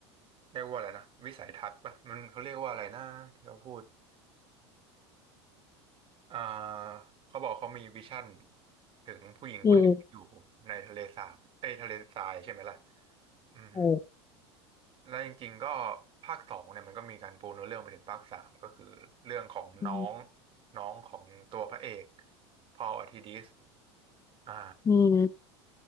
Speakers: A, on the right; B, on the left.
A: เรียกว่าอะไรนะวิสัยทัศน์ป่ะมันเขาเรียกว่าอะไรนะที่เขาพูดอ่าเขาบอกเขามีวิชั่นถึงผู้หญิงคนหนึ่งที่อยู่ในทะเลสาบในทะเลทรายใช่ไหมล่ะ
B: อืม
A: อืม
B: โอ้
A: แล้วจริงๆก็ภาคสองเนี่ยมันก็มีการปูเนื้อเรื่องไปถึงภาคสามก็คือเรื่องของน้อง
B: อืม
A: น้องของตัวพระเอกพอลอธิดิสอ่า
B: อืม